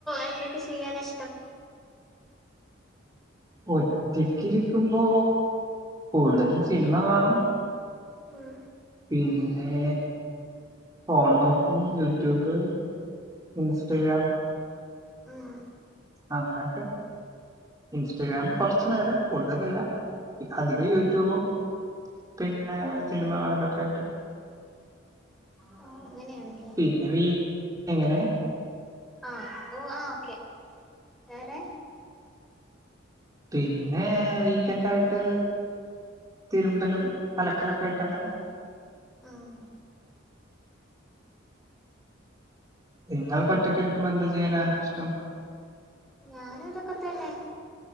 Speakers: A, in the centre; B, on the right.
A: എന്തൊക്കെ ചെയ്യാന ഇഷ്ടം
B: ഒറ്റക്കിരിക്കുമ്പോ കൂടുതലും സിനിമ കാണും
A: ഉം
B: പിന്നെ ഫോൺ നോക്കും യൂട്യൂബ് ഇൻസ്റ്റഗ്രാം
A: ഉം
B: അങ്ങനെയൊക്കെ ഇൻസ്റ്റഗ്രാം
A: ഉം
B: കുറച്ച് നേരം കൂടുതലല്ലാ അധികം യൂട്യൂബും പിന്നെ സിനിമ കാണലൊക്കെ ആയിട്ട്
A: ഓ അങ്ങനെയാണല്ലേ
B: പിന്നെ വി എങ്ങനെ
A: ആഹ് ഓ ആ ഓക്കെ വേറെ
B: പിന്നെ വീക്കെൻഡ് ആയിട്ട് തിരുമ്പലും അലക്കലൊക്കെ ആയിട്ട് അങ്ങനെ
A: ആഹ്
B: നിങ്ങൾ ഒറ്റക്കിരിക്കുമ്പോ എന്ത് ചെയ്യാനാ ഇഷ്ടം?
A: ഞാനും അതൊക്കെ തന്നെ